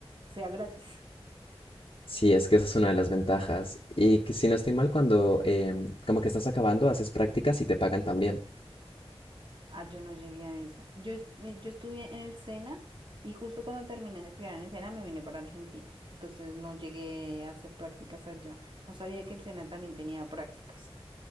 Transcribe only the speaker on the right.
sea gratis. <laughs>
Ah, yo no llegué a eso. Yo, es- me- yo estudié en el SENA y justo cuando terminé de estudiar en el SENA me vine para Argentina. Entonces no llegué a hacer prácticas allá. No sabía que el SENA también tenía prácticas.